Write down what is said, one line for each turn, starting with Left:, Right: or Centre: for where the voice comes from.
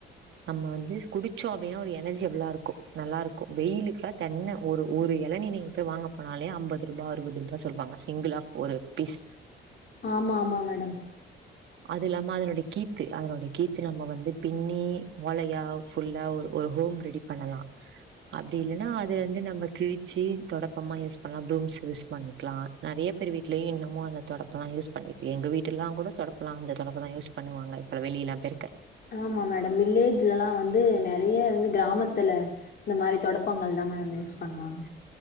Right: நம்ம வந்து குடிச்சோ அப்டினா அது எனர்ஜி எல்லா இருக்கு நல்லா இருக்கு வெயிலுக்லா தண்ணி ஒரு ஒரு எளநி நீங்க போய் வாங்க போனாலே அம்பது ரூபா அறுவது ரூபா தா சொல்லுவாங்க சிங்கிளா ஒரு பீஸ்
Left: ஆமா ஆமா மேடம்
Right: அது இல்லனா அதோட கீத்து அதனுடைய கீத்து நம்ம வந்து பின்னி ஓலையா ஃபுல்லா ஒரு ஹோம் ரெடி பண்ணலா அப்டி இல்லனா அதுலருந்து நம்ம கிழிச்சு தொடப்பமா யூஸ் பண்லா ப்ரூம்ஸ் யூஸ் பண்ணிக்லா நெறைய பேரு வீட்லயு இன்னமு அந்த தொடப்பெல்லா யூஸ் பண்ணிட்டு எங்க வீட்லலா கூட அந்த தொடப்பந் தா யூஸ் பண்ணுவாங்க இப்ப வெளியலா பெருக்க
Left: ஆமா மேடம் வில்லேஜ்லலா வந்து நெறைய வந்து கிராமத்துல இந்த மாரி தொடப்பங்கள் தா மேடம் யூஸ் பண்ணுவாங்க